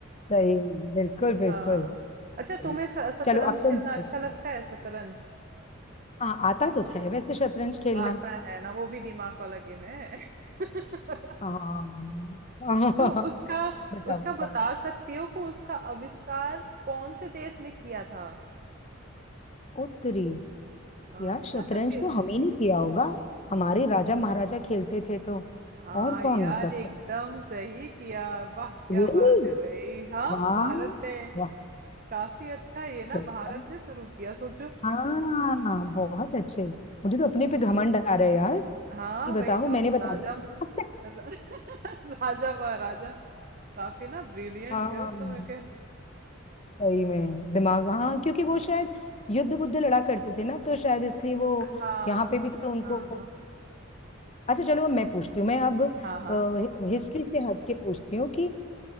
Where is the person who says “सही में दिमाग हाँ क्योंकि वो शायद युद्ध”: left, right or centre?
Left